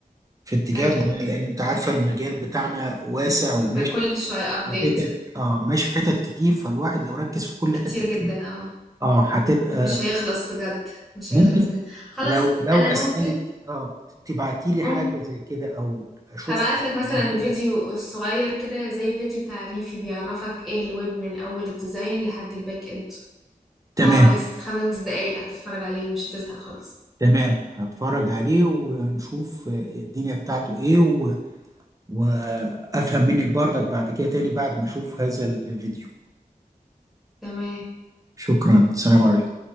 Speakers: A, on the right; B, in the centre.
A: في اتجاهات
B: ايوه
A: معينة لأن أنت عارفة المجال بتاعنا واسع وماشي
B: بكل شويه ابديت
A: في حتت آه ماشي في حتت كتير فالواحد لو ركز في كل
B: كتير
A: حتة
B: جدا
A: فيه
B: اه
A: آه هتبقى
B: مش هيخلص بجد مش
A: ممكن
B: هيخلص بجد خلاص
A: لو لو
B: انا
A: أسألك
B: ممكن
A: آه تبعتي لي
B: ممكن
A: حاجة زي كده أو أشوف
B: هبعت
A: حاجة
B: لك مثلا
A: زي كده
B: فيديو صغير كده زي فيديو تعريفي بيعرفك ايه الويب من اول الديزاين لحد الباك اند
A: تمام
B: هو بس خمس دقايق هتتفرج عليه مش هتزهق خالص
A: تمام هتفرج عليه ونشوف الدنيا بتاعته إيه وافهم منك برضك بعد كده تاني بعد ما اشوف هذا الفيديو
B: تمام
A: شكرا سلام عليكم